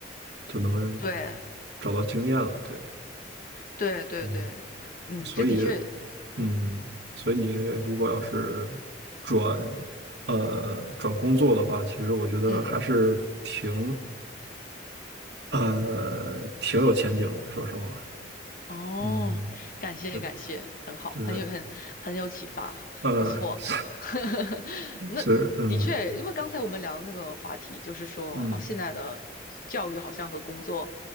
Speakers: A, on the right; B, on the left.
A: 就能
B: 对
A: 找到经验了。对，
B: 对对对，
A: 嗯。
B: 嗯，
A: 所以，
B: 这的确，嗯
A: 嗯，所以你如果要是转呃转工作的话，其实我觉得还是挺
B: 嗯，
A: 呃挺有前景的，说实话，
B: 哦，
A: 嗯，
B: 感谢感谢，
A: 对
B: 很好，
A: 对，
B: 很有很很有启发，
A: 呃
B: 不错。
A: <laughs> 是
B: <laughs> 那的确，
A: 是嗯
B: 因为刚才我们聊的那个话题，就是说，
A: 嗯
B: 哦，现在的教育好像和工作